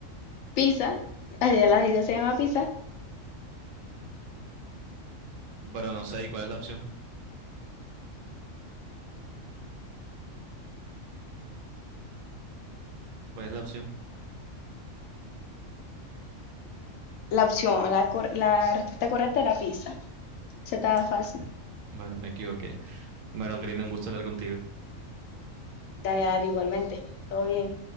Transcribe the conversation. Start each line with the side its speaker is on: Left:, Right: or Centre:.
Left: pizza. Allá la ciudad se llama pizza.
Right: Pero no sé, ¿y cuál es la opción? ¿Cuál es la opción?
Left: La opción, la, cor- la respuesta correcta era pizza. Se estaba fácil.
Right: Ah, Bueno, me equivoqué. Bueno, Karina, un gusto hablar contigo.
Left: Dale, dale, igualmente. Todo bien.